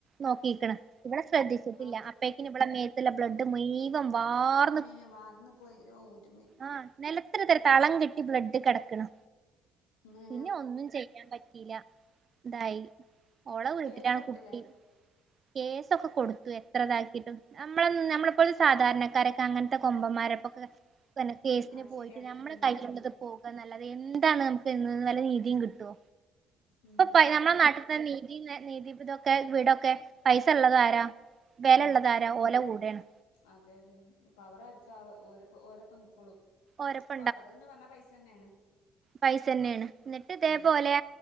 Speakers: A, on the right; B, on the left.
A: നോക്കിക്കണ് ഇവളെ ശ്രദ്ധിച്ചിട്ടില്ല.
B: ആഹ്
A: അപ്പേക്കിനന് ഇവിടെ മേത്തുള്ള ബ്ലഡ് മുയ് വം വാർ
B: ഏ വാർന്നു പോയി ഔൻ്റൊ അമ്മോ.
A: ആഹ നിലത് ഇടത്ര തളം കെട്ടി ബ്ലഡ് കിടക്ക്ണ്.
B: മേ
A: പിന്നെ ഒന്നും ചെയ്യാൻ പറ്റില്ല. ഇതായി ഓള വിട്ടിലണ്
B: കേസ് കൊടുത്തില്ലേ
A: കുട്ടി. കേസൊക്കെ കൊടുത്തു എത്ര ഇതാക്കിട്ടും. നമ്മള നമ്മളെപ്പോലോത സാധാരണക്കാരൊക്കെ അങ്ങനത്തെ കൊമ്പന്മാരൊക്കൊക്കെ ന്നെ കേസിന്
B: ഉം അത്
A: പോയിട്ട്
B: ശരിയാ
A: നമ്മള്
B: ഉം
A: കൈയില്ളത്
B: ഉം
A: പോകാനൊല്ലതെ എന്താണ് നമുക്ക് എ നല്ല നീതിയും കിട്ടുവോ.
B: ഉം
A: ഇപ്പൊ
B: പാവല്ലേ
A: നമ്മളെ നാട്ടിൽ തന്നെ ഈ ന നീതിതൊക്കെ വീടൊക്കെ പൈസ ഉള്ളത ആാരാ വില
B: ഉം
A: ഉള്ളത ആാരാ ഓല കൂടയാണ്.
B: അതെ അതെ പവർ അര്ക ഓര ഓരപ്പം നിക്കോളൂ
A: ഓരപ്പ
B: അവർന്ന് പറഞ്ഞ പൈസ തന്നെയാണ്.
A: പൈസ തന്നെയാണ് ന്നട്ട് ഇതേ
B: ഉം
A: പോലെ.